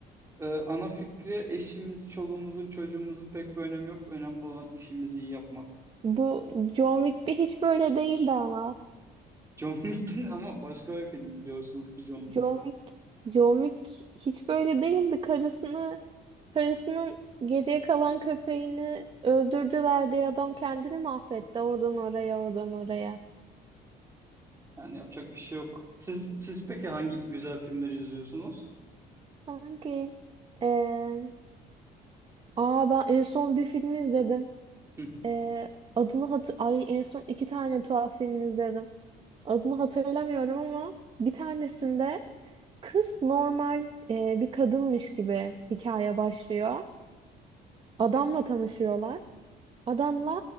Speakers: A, on the right; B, on the right.
A: Ee, ana fikri eşimiz, çoluğumuzun, çocuğumuzun pek bir önemi yok. Önemli olan işimizi iyi yapmak.
B: Bu John Wick'te hiç böyle değildi ama.
A: John Wick <laughs> ama başka bir film biliyorsunuz ki John
B: John
A: Wick.
B: Wick, John Wick hiç böyle değildi. Karısını, karısının geriye kalan köpeğini öldürdüler diye adam kendini mahvetti. Oradan oraya, oradan oraya.
A: Yani yapacak bir şey yok. Siz, siz peki hangi güzel filmleri izliyorsunuz?
B: Hangi? Ee, aa ben en son bir film izledim.
A: Hı
B: Ee, adını hatır Ay en son iki tane tuhaf film izledim. Adını hatırlamıyorum ama bir tanesinde kız normal e, bir kadınmış gibi hikaye başlıyor. Adamla tanışıyorlar. Adamla